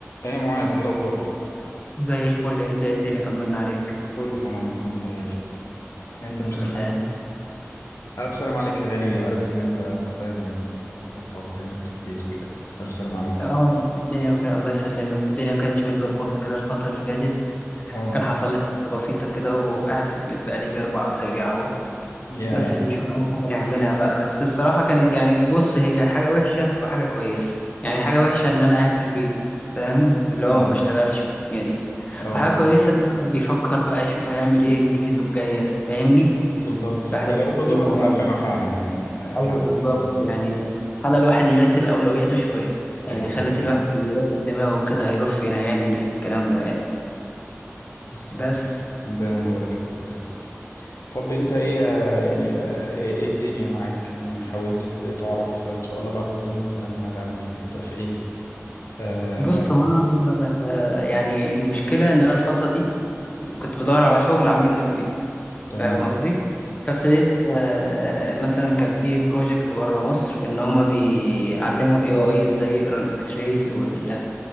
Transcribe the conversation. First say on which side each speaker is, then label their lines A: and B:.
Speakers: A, on the left; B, on the left.
A: ايه يا معاذ ايه الاخبار
B: زي الفل انت ايه الدنيا طمنا عليك
A: كله تمام الحمد لله يا غالي انت مش
B: الحمد
A: تمام
B: لله
A: الف سلام عليك يا غالي عرفت ان انت تعبان و- وحادثه وبتاع في البيت وكده الف سلام عليك
B: اه الدنيا كانت الله يسلمك الدنيا كانت مش متظبطه كده الفتره اللي فاتت
A: اه
B: كان حصل لي حاجه بسيطه كده وقاعد في البيت بقالي يجي اربع اسابيع اهو
A: يا
B: بس بنشوف اي حاجه نعملها بقى بس الصراحه كانت يعني بص هي حاجه وحشه وحاجه كويسه يعني حاجه وحشه ان انا قاعد في البيت فاهم اللي هو
A: اه
B: ما بشتغلش والدنيا دي
A: اه
B: وحاجه
A: اه
B: كويسه إن الواحد بيفكر بقى يشوف هيعمل ايه في دنيته الجايه فاهمني
A: بالظبط
B: الواحد
A: هي رب ضارة
B: فين هيعمل
A: نافعة
B: ايه
A: فعلا يعني آه،
B: ايوه
A: العفو
B: بالظبط
A: خير ان شاء
B: يعني
A: الله
B: خلى الواحد يرتب اولوياته شويه
A: ايوه
B: يعني خلت
A: دي حقيقة
B: الواحد يرتب دماغه كده هيروح فين هيعمل ايه الكلام ده يعني
A: مظبوط
B: بس
A: ربنا ينور لك البصير يا صاحبي طب انت ايه آه، يعني آه، ايه إيه الدنيا معاك يعني حاولت ت- تعرف ان شاء الله بعد ما تقوم بالسلامة هتعمل ايه هتبدأ في ايه آه
B: بص
A: لا.
B: هو انا ال- آه، يعني المشكله ان انا الفتره دي كنت بدور على شغل اعمله من البيت
A: تمام
B: فاهم قصدي فابتديت آه، مثلا كان في بروجكت بره مصر ان هما بيعلموا الاي اي ازاي يقرا الاكس رايز وال